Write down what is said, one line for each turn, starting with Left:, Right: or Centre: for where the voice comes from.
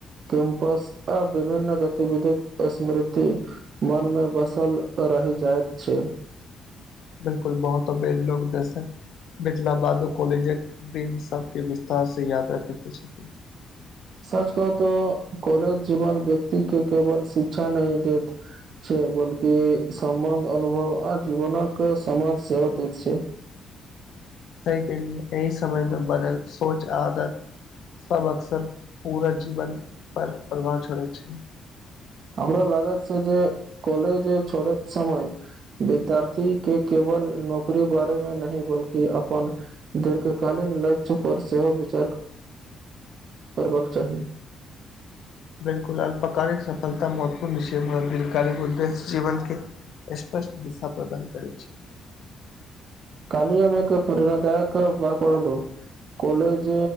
Right: कैम्पस आ विभिन्न गतिविधिक स्मृती। मन मे बसल रहि जाइत छै।
Left: बिलकुल बहुत अबेर लोक दसन। मिथिला बादो कॉलेजक दिन सब के विस्तार से याद रखे छथिन।
Right: सच कहू तो कॉलेज जीवन व्यक्ति के केवल शिक्षा न देत छै, बल्कि सम्बंध अनुभव आ जीवनक के समाज सेहो दैत छै।
Left: सहि कहऽ लिए एहि समय मे बनल सोच आदत सब अक्सर पूरा जीवन पर प्रभाव छोड़ै छै।
Right: हमरो लागत छै, जे काॅलेज छोड़त समय विद्यार्थी के केवल नौकरी बारे मे नहि बल्कि अपन दीर्घकालीन लक्ष्य पर सेहो विचार करबाक चाही।
Left: बिलकुल अल्पकालिक सफलता महत्वपूर्ण छिये, मुदा दीर्घकाल उद्देश्य जीवन के स्पष्ट दिशा प्रदान करै छै।
Right: कल्ही हम एक प्रेरणादायक बात पढलाउ कॉलेज